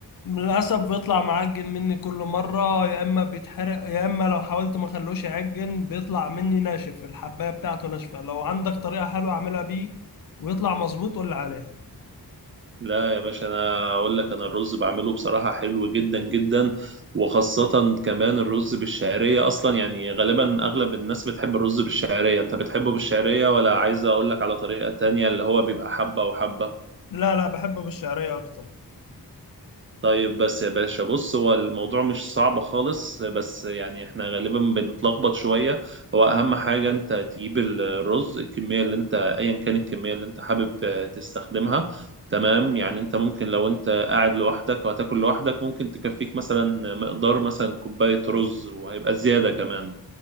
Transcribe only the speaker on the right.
لا يا باشا انا اقول لك انا الرز بعمله بصراحه حلو جدا جدا وخاصه كمان الرز بالشعريه اصلا يعني غالبا اغلب الناس بتحب الرز بالشعريه انت بتحبه بالشعريه ولا عايز اقول لك على طريقه تانية اللي هو بيبقى حبه وحبه
طيب بس يا باشا بص هو الموضوع مش صعب خالص بس يعني احنا غالبا بنتلخبط شوية هو أهم حاجة أنت تجيب الرز الكمية اللي أنت أيا كان الكمية اللي أنت حابب آه، تستخدمها تمام يعني أنت ممكن لو أنت قاعد لوحدك وهتاكل لوحدك ممكن تكفيك مثلا مقدار مثلا كوباية رز وهيبقى زيادة كمان